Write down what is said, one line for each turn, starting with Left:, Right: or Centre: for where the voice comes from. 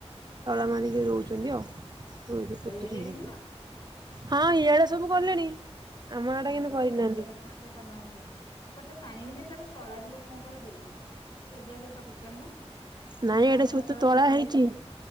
Right: ତଳା ମାରିକି ରଉଚନ୍ତି ଆଉ ରୋଇକି
Left: ରୁଇଲେଣି
Right: ପୋତୁଛନ୍ତି।
Left: ବିଲ?
Right: ହଁ ଇଆଡେ ସବୁ କଲେଣି। ଆମ ଆଡେ
Left: ଓହୋ
Right: କିନ୍ତୁ କରିନାହାନ୍ତି।
Left: ଆମର ଏପଟରେ କରିନାହାନ୍ତି ଏପଟରେ ପାଣି ହେଇନି ତାପରେ ତଳା ବି ଲୋକଙ୍କର ହେଇନି। ଏବେଏବେ ପକେଇଚନ୍ତି ନା ସେମାନେ
Right: ନାଇଁ ଏୟାଡେ
Left: ଆଗୁଆ
Right: ସବୁ ତ ତଳା
Left: ପକେଇ
Right: ହେଇଛି
Left: ଦେଇଥିଲେ